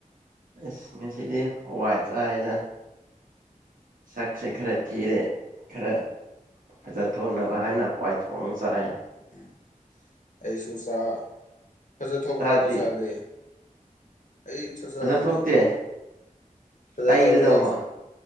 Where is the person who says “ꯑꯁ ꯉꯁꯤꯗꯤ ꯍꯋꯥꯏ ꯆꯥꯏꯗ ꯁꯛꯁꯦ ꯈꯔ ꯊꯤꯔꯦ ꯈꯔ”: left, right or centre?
Right